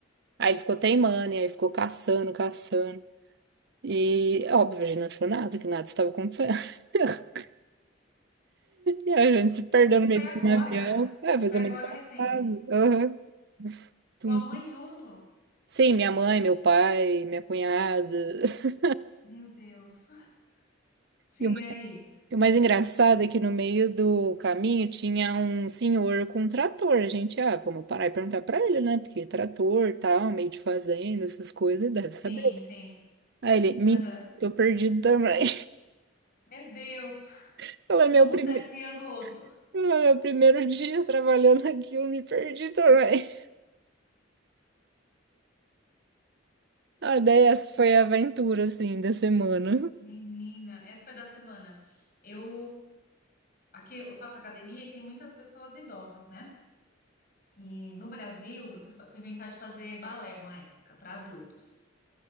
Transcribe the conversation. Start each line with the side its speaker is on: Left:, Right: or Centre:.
Right: Aí ele ficou teimando, e aí ficou caçando, caçando. E, óbvio, a gente não achou nada, que nada estava acontecendo. <laughs> E a gente se perdeu
Left: Isso
Right: no meio
Left: foi agora.
Right: do canavial. É, fez
Left: Foi
Right: a
Left: agora
Right: mãe passada.
Left: recente.
Right: Aham. Tu-
Left: Tua mãe junto?
Right: Sim, minha mãe, meu pai, minha cunhada. <laughs>
Left: Meu Deus. <laughs> Sim,
Right: E o mais
Left: aí.
Right: o mais engraçado é que no meio do caminho tinha um senhor com um trator. A gente, ah, vamos parar e perguntar pra ele, né? Porque trator, tal, meio de fazenda, essas coisas, deve saber.
Left: Sim, sim.
Right: Aí ele, me
Left: Aham.
Right: tô perdido também.
Left: Meu Deus,
Right: <laughs> Ela é meu
Left: um cego
Right: primeiro.
Left: guiando o outro.
Right: ela é Meu primeiro dia trabalhando aqui, eu me perdi também. A ideia é essa foi a aventura, assim, da semana.
Left: Menina, essa foi da semana. Eu aqui eu faço academia e tem muitas pessoas idosas, né? E no Brasil eu fui, fa- fui inventar de fazer balé uma época para adultos.